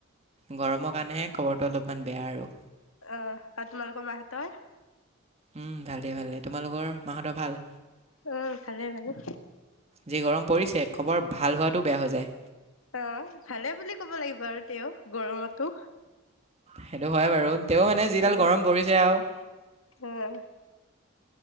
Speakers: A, on the right (about 30°); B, on the left (about 75°).
A: গৰমৰ কাৰণেহে খবৰটো অলপমান বেয়া আৰু।
B: অ, তোমালোকৰ মা হতৰ?
A: উম, ভালেই ভালেই। তোমালোকৰ মাহঁতৰ ভাল?
B: অ, ভালে বাৰু।
A: যি গৰম পৰিছে? খবৰ ভাল হোৱাটো বেয়া হৈ যায়।
B: অ, ভালে বুলি ক'ব লাগিব আৰু তেওঁ গৰমতো।
A: সেইটো হয় বাৰু তেওঁ মানে যিডাল
B: উম,
A: গৰম পৰিছে আৰু।
B: অ',